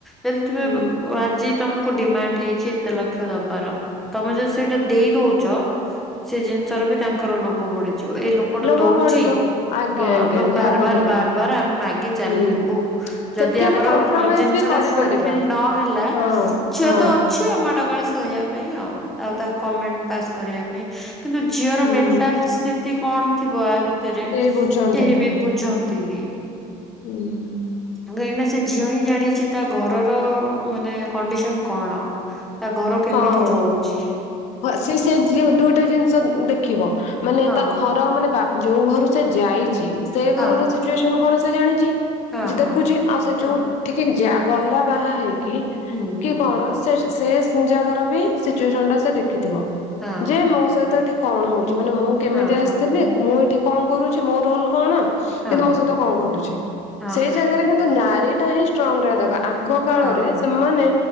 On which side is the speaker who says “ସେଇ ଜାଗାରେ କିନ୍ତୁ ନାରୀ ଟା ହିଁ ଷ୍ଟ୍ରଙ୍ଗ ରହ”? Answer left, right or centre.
Left